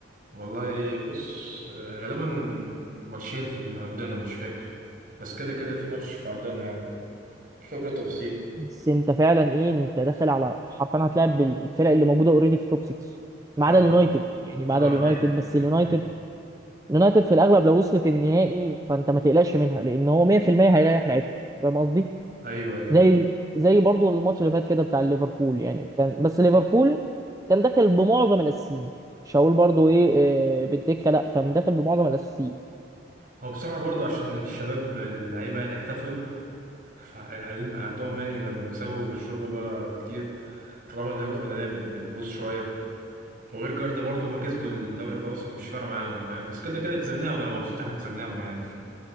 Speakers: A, on the right (about 45°); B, on the right (about 20°).
A: والله بص آه، غالبا ماتشين في العرضنا مش فاكر بس كده كده في ماتش في عرضنا يعني مش فاكر التفاصيل
B: بس انت فعلا ايه انت داخل على حرفيا هتلاعب بالفرق اللي موجوده اوريدي في التوب 6
A: فعلا
B: ما عدا اليونايتد يعني ما
A: اه
B: عدا اليونايتد
A: ده
B: بس اليونايتد
A: <laughs>
B: اليونايتد في الاغلب لو وصلت النهائي فانت ما تقلقش منها لان هو 100% هيريح لعيبته فاهم قصدي؟
A: ايوه ايوه
B: زي زي برضو الماتش اللي فات كده بتاع ليفربول يعني كان بس ليفربول كان داخل بمعظم الاساسيين مش هقول برضو ايه آه، بالدكه لا كان داخل بمعظم الاساسيين
A: هو بصراحة برضو عشان الشباب اللعيبة يعني احتفلوا <laughs> فقاعدين بقى عندهم يعني لما بيكسبوا بيشربوا بقى كتير فطبعا اللياقة البدنية بت- بتبوظ شوية وغير جاردا برضه هما كسبوا الدوري خلاص مفيش فارق معاهم فاهم بس كده كده كسبناهم انا مبسوط إن احنا كسبناهم يعني